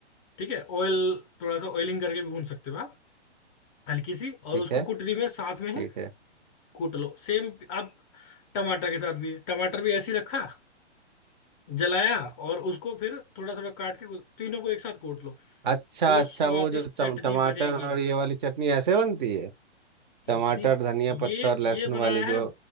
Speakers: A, on the left; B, on the right.
A: ठीक है ऑयल थोड़ा सा ऑयलिंग करके भी भून सकते हो आप हल्की सी और
B: ठीक
A: उसको
B: है
A: कुटरी में साथ में
B: ठीक
A: ही
B: है
A: कूट लो सेम आप टमाटर के साथ भी टमाटर भी ऐसे ही रखा जलाया और उसको फिर थोड़ा थोड़ा काट के तीनों को एक साथ कूट लो
B: अच्छा
A: जो
B: अच्छा
A: स्वादिष्ट
B: वो जो चम-
A: चटनी
B: टमाटर
A: बनेगी
B: और ये वाली चटनी ऐसे बनती है टमाटर
A: इतनी
B: धनिया पत्ता
A: ये
B: और लहसुन
A: ये बनाया
B: वाली जो
A: है